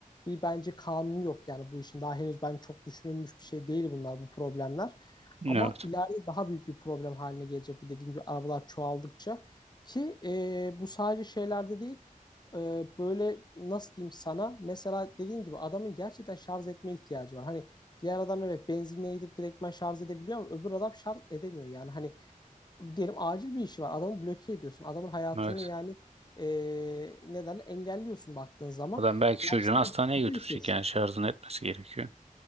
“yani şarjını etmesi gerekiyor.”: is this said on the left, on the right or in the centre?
Right